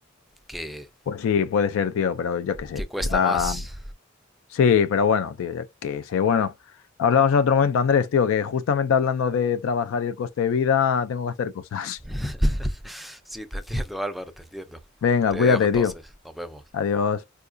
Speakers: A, in the centre; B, on the left (about 75°).
A: que,
B: Pues sí, puede ser, tío, pero yo qué sé.
A: que cuesta
B: O sea,
A: más.
B: sí, pero bueno, tío, yo qué sé. Bueno, hablamos en otro momento, Andrés, tío, que justamente hablando de trabajar y el coste de vida, tengo que hacer cosas.
A: <laughs> Sí, te entiendo Álvaro, te entiendo.
B: <laughs> Venga,
A: Te
B: cuídate,
A: dejo entonces,
B: tío.
A: nos vemos.
B: Adiós.